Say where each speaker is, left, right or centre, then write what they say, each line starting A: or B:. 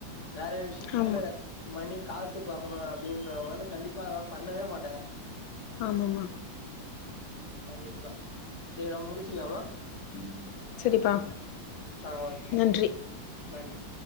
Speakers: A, on the left; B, on the left.
A: வேற விஷயத்துல
B: ஆமா
A: மணி காசு பாக்கணு அப்டின்றவங்க வந்து கண்டிப்பா அதலா பண்ணவே மாட்டாங்க
B: ஆமம்மா
A: கண்டிப்பா சேர் நம் முடிச்சுகலாமா ம்
B: சரிப்பா
A: அ ஓகே
B: நன்றி
A: நன்றி